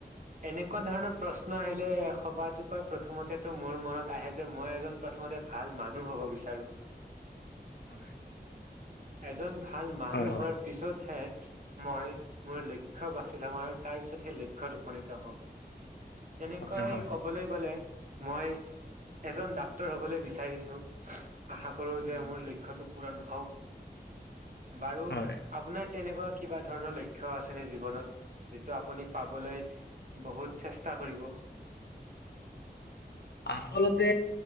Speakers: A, on the right; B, on the left.
A: এনেকুৱা ধৰণৰ প্ৰশ্ন আহিলে সবাতোকৈ প্ৰথমতেতো মোৰ মনত আহে যে মই এজন প্ৰথমতে ভাল মানুহ হব বিচাৰো।
B: হয়
A: এজন ভাল মানুহ
B: হয় হয়
A: হোৱাৰ পিছতহে মই মোৰ লক্ষ্য বাচি লাম আৰু তাৰ পিছত সেই লক্ষ্যয়ত উপনীত হ'ম। তেনেকৈ
B: আচ্ছা হয়
A: কবলৈ গ'লে মই এজন ডাক্তৰ হবলৈ বিচাৰিছো আশা কৰো
B: উম,
A: যে মোৰ লক্ষ্যটো পুৰণ হক বাৰু
B: হয়
A: আপোনাৰ তেনেকোৱা কিবা ধৰণৰ লক্ষ্য আছে নে জীৱনত যিটো আপুনি পাবলৈ চেষ্ট ষ্টা কৰিব
B: আচলতে